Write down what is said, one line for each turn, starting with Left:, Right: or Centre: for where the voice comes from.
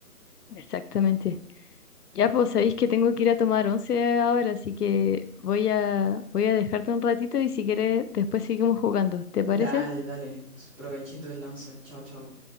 Left: Exactamente. Ya, pues sabéis que tengo que ir a tomar once ahora, así que voy a, voy a dejarte un ratito y si quieres después seguimos jugando. ¿Te parece?
Centre: Dale, dale. Provechito el once. Chao, chao.